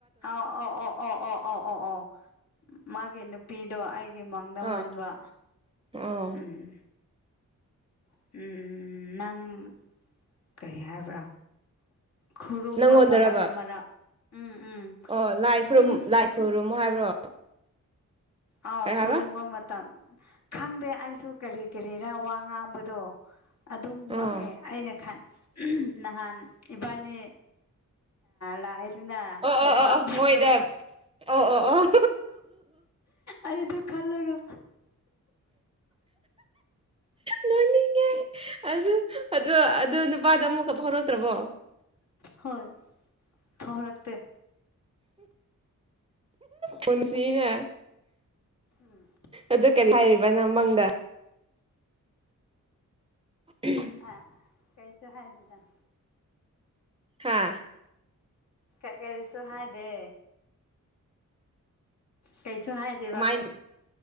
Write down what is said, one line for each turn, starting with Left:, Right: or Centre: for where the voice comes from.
Left: ꯑꯥꯎ ꯑꯥꯎ ꯑꯣ ꯑꯣ ꯑꯣ ꯑꯣ ꯑꯣ ꯑꯣ ꯃꯥꯒꯤ ꯅꯨꯄꯤꯗꯣ ꯑꯩ ꯒꯤ ꯃꯪꯗ
Right: ꯑꯥ
Left: ꯃꯟꯕ
Right: ꯑꯣ
Left: ꯎꯝ ꯎꯝ ꯎꯝ ꯅꯪ ꯀꯔꯤ ꯍꯥꯏꯕ꯭ꯔꯥ ꯈꯨꯔꯨꯝꯕ
Right: ꯅꯪꯉꯣꯟꯗꯔꯕ
Left: ꯃꯔꯛꯛ ꯎꯝ ꯎꯝ
Right: ꯑꯣ ꯂꯥꯏ ꯈꯨꯔꯨꯝ
Left: ꯃꯤ
Right: ꯂꯥꯏ ꯈꯨꯔꯨꯝꯃꯣ ꯍꯥꯏꯕ꯭ꯔꯣ
Left: ꯑꯥꯎ
Right: ꯀꯩ ꯍꯥꯏꯕ
Left: ꯈꯨꯔꯨꯝꯕ ꯃꯇꯝ ꯈꯪꯗꯦ ꯑꯩꯁꯨ ꯀꯔꯤ ꯀꯔꯤꯅ ꯋꯥ ꯉꯥꯡꯕꯗꯣ ꯑꯗꯨꯝ
Right: ꯑꯣ
Left: ꯃꯪꯉꯦ ꯑꯩꯅ ꯈꯟ ꯅꯍꯥꯟ ꯏꯕꯥꯅꯤ ꯂ ꯑꯗꯨꯅ
Right: ꯑꯣ
Left: ꯅꯨꯄꯥꯝꯕꯗꯣ
Right: ꯑꯣ ꯑꯣ ꯃꯣꯏꯗ ꯑꯣ ꯑꯣ ꯑꯣ
Left: ꯑꯩꯗꯣ ꯈꯜꯂꯒ
Right: ꯅꯅꯤꯡꯉ ꯑꯗꯨ ꯑꯗꯨ ꯑꯗꯨ ꯅꯨꯄꯥꯗ ꯑꯃꯨꯛꯀ ꯐꯥꯎꯔꯛꯇ꯭ꯔꯕꯣ
Left: ꯍꯣꯏ ꯐꯥꯎꯔꯛꯇꯛꯇꯦ
Right: ꯐꯟꯁꯤꯕ ꯍꯥꯏ
Left: ꯎꯝ
Right: ꯑꯗꯨ ꯀꯔꯤ ꯍꯥꯏꯔꯤꯕꯅ ꯃꯪꯗ ꯎꯝ
Left: ꯑ ꯀꯩꯁꯨ ꯍꯥꯏꯗꯗ
Right: ꯍꯥꯥ
Left: ꯀꯛꯀꯔꯤꯁꯨ ꯍꯥꯏꯗꯦ ꯀꯩꯁꯨ ꯍꯥꯏꯗꯦꯕ
Right: ꯀꯃꯥꯏꯅ